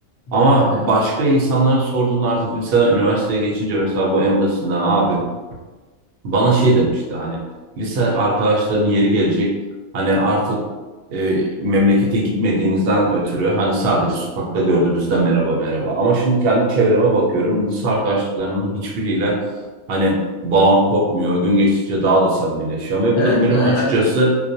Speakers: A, on the left; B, on the right.
A: Bence
B: Ama
A: de
B: başka
A: ya.
B: insanlara sorduğunda artık liseden üniversiteye geçince mesela bu en basitinden abi bana şey demişti hani lise arkadaşlarının yeri gelecek hani artık e, memlekete gitmediğinizden ötürü hani sadece sokakta gördüğünüzde merhaba merhaba ama şimdi kendi çevreme bakıyorum lise arkadaşlıklarımın hiçbiriyle hani bağım kopmuyor gün geçtikçe daha da samimileşiyorum ve bu
A: Evet
B: durum benim
A: ya
B: açıkçası
A: ya